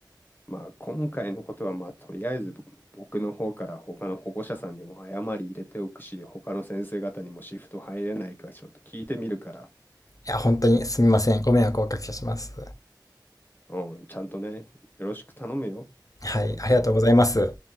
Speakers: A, on the left; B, on the left.
A: まあ今回のことはまあとりあえずぼ僕の方から他の保護者さんにも謝り入れておくし、他の先生方にもシフト入れないかちょっと聞いてみるから、
B: いや、本当にすみません。ご迷惑をおかけします。
A: うん、うんちゃんとね、よろしく頼むよ。
B: はい、
A: 本当。
B: ありがとうございます。